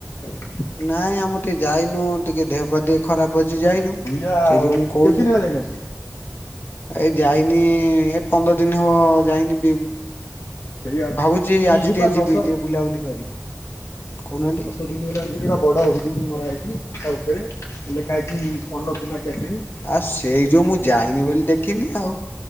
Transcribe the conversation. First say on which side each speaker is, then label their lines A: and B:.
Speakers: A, on the left; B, on the left.
A: କି?
B: ନାଇଁ ଆମର ଟିକେ ଯାଇନୁ ଟିକେ ଦେହ ପାତି ଖରାପ ଅଛି ଯାଇନୁ
A: ଆ ସେଇଆ ଆଉ
B: ସେଇଥି ମୁଁ କହୁଛି
A: କେତେ ଦିନ ହେଲା ଯାଇନାହାନ୍ତି?
B: ଏ ଯାଇନି ଏ ପନ୍ଦର ଦିନ ହେବ ଯାଇନି।
A: ସେଇଆ
B: ଭାବୁଛି ଆଜି
A: ମୁଁ
B: ଟିକେ
A: ପା
B: ଯିବି
A: ଦଶ
B: ଟିକେ ବୁଲାବୁଲି କରି କହୁନାହାନ୍ତି।
A: <unintelligible> ବଡ଼ ହୋଡିଙ୍ଗ ମରାହଇଛି ତା ଉପରେ ଲେଖା ହେଇଛି ଅର୍ଣ୍ଣପୂର୍ଣ୍ଣା କ୍ୟାଟ୍ରରିଂ।
B: ଆଉ ସେଇ ଯୋଉ ମୁଁ ଯାଇନି ବୋଲି ଦେଖିନି ଆଉ।